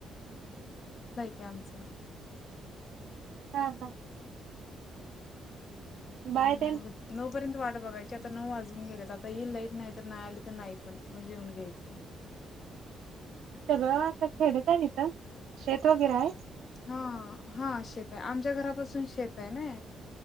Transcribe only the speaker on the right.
हा हा. बाय
ते
सगळं असं खेडत आहे का शेत वगैरे आहे.